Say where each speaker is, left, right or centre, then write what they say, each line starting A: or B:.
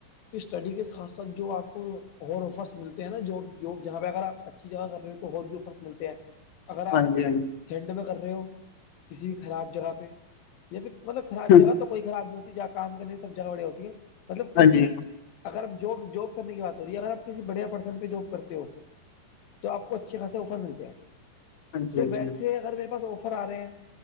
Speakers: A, on the left; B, on the left.
A: کیکہ اسٹڈی کے ساتھ ساتھ جو آپ کو اور آفرس ملتے ہیں نا جو جوب جہاں پہ اگر آپ اچھی جگہ کر رہے ہو تو ہو بھی آفرس ملتے ہیں اگر آپ
B: ہاں جی ہاں
A: جھنڈ میں کر رہے ہو کسی بھی خراب جگہ پہ یا پھر مطلب خراب جگہ
B: جی
A: کوئی خراب نہیں ہوتی ج آپ کام کرنے سب جگہ بڑی ہوتی ہیں مطلب کسی
B: ہاں جی
A: اگر ج جاب کرنے کی بات ہو رہی ہے اگر آپ کسی بڑھیا پرسن پہ جاب کرتے ہو تو آپ کو اچھے خاصے آفر ملتے ہیں
B: ہاں جی
A: تو
B: ہاں
A: ویسے
B: جی
A: اگر میرے پاس آفر آ رہے ہیں